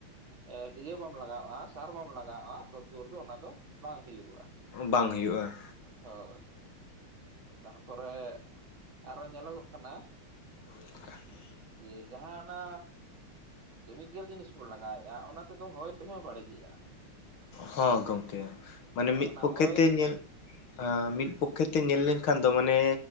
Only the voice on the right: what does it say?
ᱮᱸᱫ ᱤᱭᱟᱹ ᱵᱟᱢ ᱞᱟᱜᱟᱣᱼᱟ ᱥᱟᱨ ᱵᱟᱢ ᱞᱟᱜᱟᱣᱼᱟ ᱛᱚᱛ ᱵᱷᱳᱨ ᱫᱚ ᱚᱱᱟ ᱫᱚ ᱵᱟᱝ ᱦᱩᱭᱩᱜᱚᱜᱼᱟ ᱾
ᱦᱳᱭ, ᱛᱟᱨᱯᱚᱨᱮ ᱟᱨᱚ ᱧᱮᱞᱚ ᱜᱚᱜ ᱠᱟᱱᱟ
ᱤᱭᱟᱹ ᱡᱟᱦᱟᱸ ᱚᱱᱟ ᱠᱮᱢᱤᱠᱮᱞ ᱡᱤᱱᱤᱥ ᱵᱚᱱ ᱞᱟᱜᱟᱣ ᱮᱫᱼᱟ ᱚᱱᱟ ᱛᱮ ᱫᱚ ᱦᱚᱭ ᱦᱚᱸᱭ ᱵᱟᱹᱲᱤᱡ ᱮᱜᱼᱟ ᱾
ᱟᱨ
ᱚᱱᱟ
ᱦᱚᱭ